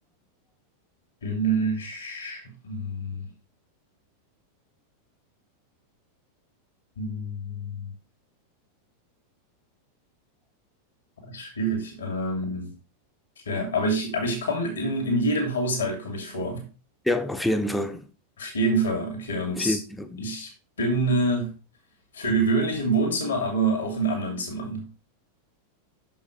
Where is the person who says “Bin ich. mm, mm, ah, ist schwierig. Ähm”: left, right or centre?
Left